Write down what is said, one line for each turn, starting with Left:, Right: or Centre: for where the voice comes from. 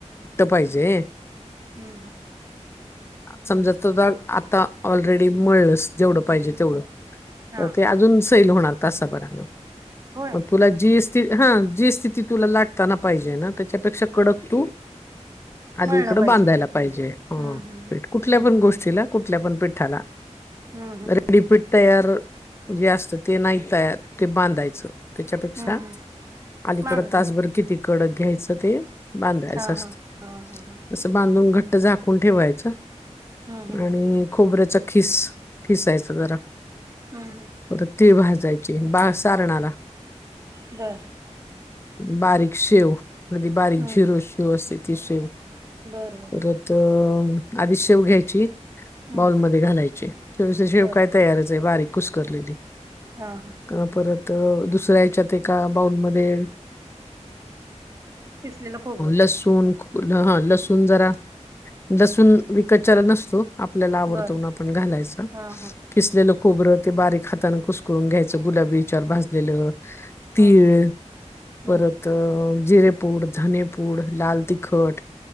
Left: पाहिजे
Right: हम्म हम्म
Left: समजा त आता ऑलरेडी मळलंस जेवढं पाहिजे तेवढं
Right: हा
Left: तर ते अजून सैल होणार तसा बर
Right: होय
Left: मग तुला जी हा जी स्थिती तुला लाटताना पाहिजे ना त्याच्यापेक्षा
Right: हा
Left: कडक तू आधी
Right: मळला
Left: इकड
Right: पाहिजे
Left: बांधायला पाहिजे ह
Right: हम्म हम्म
Left: कुठल्या
Right: हम्म
Left: पण गोष्टीला कुठल्या पण पठाला
Right: हम्म
Left: रेडीपीठ तयार जे असत ते नाही तयार ते बांधायच. त्याच्यापेक्षा
Right: हम्म हम्म
Left: अलीकड
Right: मागं
Left: तासभर
Right: घ्याच
Left: किती कडक घ्यायचं ते. बांधायचं
Right: हा
Left: असत
Right: हा हा हा हा
Left: तस बांधून घट्ट झाकून ठेवायच.
Right: हम्म हम्म
Left: आणि खोबऱ्याचा खिस खिसायचा जरा
Right: हम्म
Left: पर तीळ भाज जायची बा सारणाला
Right: हम्म बर
Left: बारीक शेव मध्ये बारीक
Right: हम्म
Left: झिर शेव असते ती शेव
Right: बर बर
Left: परत आधी शेव घ्यायची.
Right: हम्म
Left: बाउलमध्ये घालायची ते शेव
Right: बर
Left: काय तयारच आहे बारीक कुसकरलेली.
Right: हा हा
Left: का परत दुसऱ्या याच्यात एक का बाऊल मध्ये
Right: किसलेलं खोबरं
Left: लसूण हा लसूण जरा लसूण विकत चरा नसतो आपल्याला आवडतून
Right: बर
Left: आपण घालायच
Right: हा हा
Left: किसलेलं खबरं ते बारीक हाताान कुसकरून घ्यायचं गुलाबी विचार भाजलेलं तीळ
Right: हम्म हम्म
Left: परत जेपूड ूड लाल तिखट